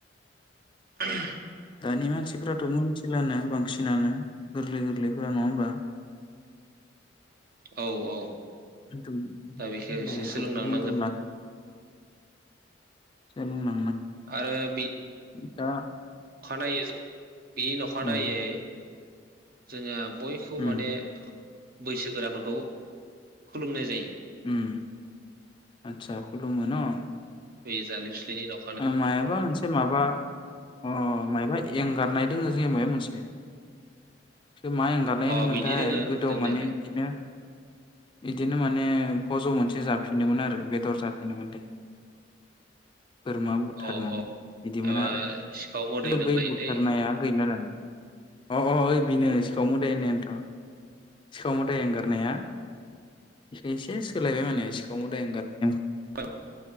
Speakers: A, on the right (about 55°); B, on the left (about 25°).
A: ओह
B: दानि मानसिफ्राथ मोनथिलानो बांसिनानो गोरलै गोरलैफोरा नङा होमबा।
A: औ औ
B: खिनथु
A: दा बेखौ एसे
B: बेफोरखौ
A: सोलोंलांनांगोन
B: खिनथु ला सोलोंना
A: आरो बि
B: दा
A: अखानायै फिन अखा
B: उम
A: नायै जोंहा बयखौबो
B: उम
A: माने बैसोगोरा फोरखौ खुलुमनाय जायो
B: ओम आतसा खुलुमो न‌।
A: बै जालिसनि राव
B: ओ मायाबा मोनसे माबा अ मायबा एंगारनाय दोङो जोंया मायबा मोनसे। मा एंगारनाय होनो
A: अ
B: मोनथाय
A: बिदि दोङो
B: गोदोआव
A: दोंनायालाय
B: माने बिदिनो बिदिनो माने फज मोनसै बे जाफिनोमोन आरो बेदर जाफिनोमोनलै। बोरमा बुथारनानै
A: औ औ
B: बिदिमोन
A: एबा
B: आरो खिन्थु
A: सिखाव मोदाय दोंलायोलै
B: बै बुथारनाया गैला दाना। अ अ ओइ बिनो सिखाव मोदाय होननायानोथ सिखाव मोदाय एंगारनाया बेखौ एसे सोलायबाय माने सिखाव मोदाय एंगारनाय
A: हा।